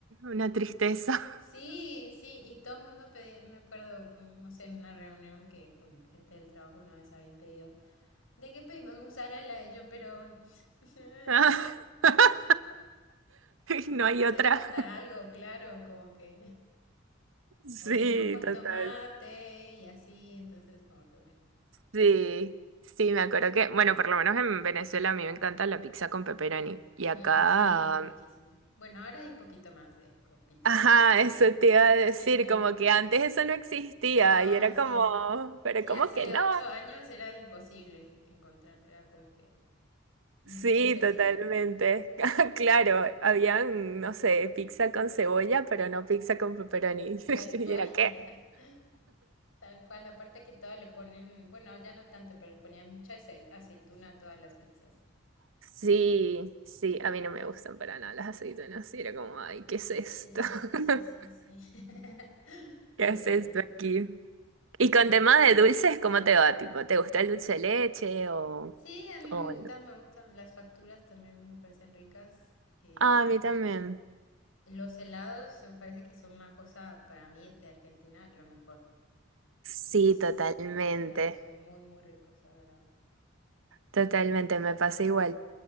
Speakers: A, on the right; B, on the left.
A: Una tristeza.
B: Sí, sí, y todo el mundo pedía, me acuerdo, mm, no sé, en una reunión que con gente del trabajo una vez habían pedido, ¿de qué pedimos mozzarella? Y yo, pero <laughs>
A: <laughs> No hay
B: hace
A: otra.
B: falta algo, claro, como que,
A: Sí,
B: o si no, con
A: total.
B: tomate y así, entonces como que bueno.
A: Sí, sí, me acuerdo que, bueno, por lo menos en Venezuela a mí me encanta la pizza con pepperoni. Y acá,
B: Mm, sí, riquísima.
A: um,
B: Bueno, ahora hay un poquito más de co-
A: <laughs>
B: pizzas
A: ajá,
B: con pepperoni.
A: eso te iba a decir,
B: <laughs>
A: como que antes eso no existía
B: No,
A: y era
B: sí,
A: como,
B: no.
A: pero
B: Sí,
A: ¿cómo
B: hace
A: que no?
B: ocho años era imposible encontrar, era como que, mm,
A: Sí,
B: ¿qué es eso,
A: totalmente.
B: no?
A: <laughs> Claro, habían, no sé, pizza con cebolla, pero no pizza con pepperoni. <laughs>
B: Tal
A: ¿Y
B: cual,
A: era qué?
B: <laughs> tal cual. Aparte que todo le ponen, bueno, ya no tanto, pero le ponían mucha acei- aceituna a todas las pizzas.
A: Sí, sí, a mí no me gustan para nada las aceitunas. Y era como, ay, ¿qué es esto?
B: Sí, sí,
A: <laughs>
B: sí, sí, sí. <laughs> Es
A: ¿Qué es
B: verdad.
A: esto aquí? Y con tema de dulces, ¿cómo te va? Tipo, ¿te gusta el dulce de leche o,
B: Sí, a mí
A: o
B: me gusta,
A: no?
B: me gustan. Las facturas también me parecen ricas. em,
A: Ah, a mí también.
B: Los helados me parece que son una cosa para mí de Argentina lo mejor.
A: Sí,
B: Los,
A: totalmente.
B: los helados son muy, muy ricos, la verdad.
A: Totalmente, me pasa igual.